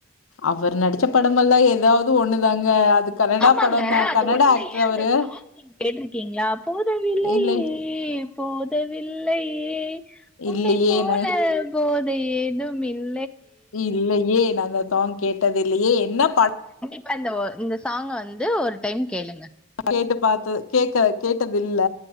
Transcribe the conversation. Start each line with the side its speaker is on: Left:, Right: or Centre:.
Left: அவர் நடிச்ச படமெல்லா எதாவது ஒண்ணுதாங்க கன்னடா
Centre: ஆமாங்க
Left: படம் தான்.
Centre: அது
Left: கன்னடா
Centre: ஒன்லயே
Left: ஆக்டர்
Centre: அந்த
Left: அவரு.
Centre: சாங் நீங்க கேட்டிருக்கீங்களா போதவில்லையே
Left: இல்லை
Centre: போதவில்லையே
Left: இல்லையே
Centre: உன்னை போல
Left: நா
Centre: போது ஏதும் இல்
Left: இல்லையே நாந்தா அது சாங் கேட் ட்டது இல்லையே என்ன பட
Centre: ப்பா இந்த சாங்க வந்து ஒரு டைம் கேளுங்க
Left: கேட்டு பாத்த கேக்க கேட்டது இல்ல